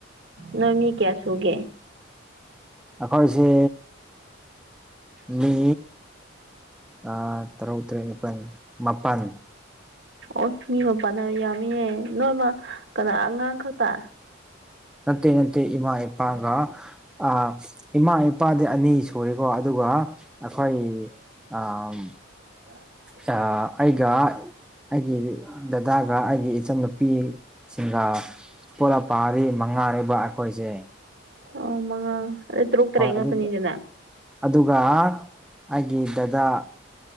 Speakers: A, on the right; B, in the centre.
A: ꯅꯣꯏ ꯃꯤ ꯀꯌꯥ ꯁꯨꯒꯦ
B: ꯑꯩꯈꯣꯏꯁꯦ ꯃꯤ ꯑꯥ ꯇꯔꯨꯛ ꯇꯔꯦꯠ ꯅꯤꯄꯜ ꯃꯥꯄꯟ
A: ꯑꯣ ꯃꯤ ꯃꯥꯄꯟꯅ ꯌꯥꯝꯃꯤꯌꯦ ꯅꯣꯏꯃꯥ ꯀꯅꯥ ꯑꯉꯥꯡ ꯈꯛꯇ
B: ꯅꯠꯇꯦ ꯅꯠꯇꯦ ꯏꯃꯥ ꯏꯄꯥꯒ ꯑꯥ ꯏꯃꯥ ꯏꯄꯥꯗꯤ ꯑꯅꯤ ꯁꯨꯔꯦꯀꯣ ꯑꯗꯨꯒ ꯑꯩꯈꯣꯏ ꯑꯥ ꯑꯝ
A: <inaudible>
B: ꯌꯥ ꯑꯩꯒ ꯑꯩꯒꯤ ꯗꯗꯥꯒ ꯑꯩꯒꯤ ꯏꯆꯥꯟꯅꯨꯄꯤꯁꯤꯡꯒ ꯄꯨꯂꯥꯞ ꯄꯔꯤ ꯃꯉꯥꯅꯤꯕ ꯑꯩꯈꯣꯏꯁꯦ
A: ꯑꯣ ꯃꯉꯥ ꯑꯗꯨ ꯇꯔꯨꯛ ꯇꯔꯦꯠ
B: ꯍꯣꯏ
A: ꯉꯥꯛꯇꯅꯤꯗꯅ
B: ꯑꯗꯨ ꯑꯗꯨꯒ ꯑꯩꯒꯤ ꯗꯥꯗꯥ